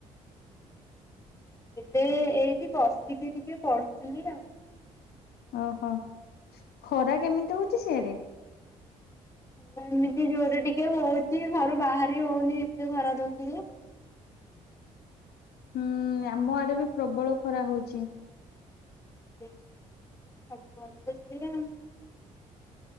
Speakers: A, on the left; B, on the left.
A: ଏବେ ଏଇଠି ବସିିକି ଟିକେ ପଢୁଥିଲି ଆଉଁ
B: ଓ ହୋ ଖରା କେମିତି ହଉଛି ସିଆଡେ?
A: ଖରା ଏମିତି ଜୋରରେ ଟିକେ ହଉଛି ଘରୁ ବାହାରି ହଉନି ଏତେ ଖରା ଦଉଛି ଯେ
B: ହୁଁ। ଆମ ଆଡେ ବି ପ୍ରବଳ ଖରା ହଉଛି।
A: ଆଜ୍ଞା। ସବୁ ଆଡେ ତ ସେଇୟା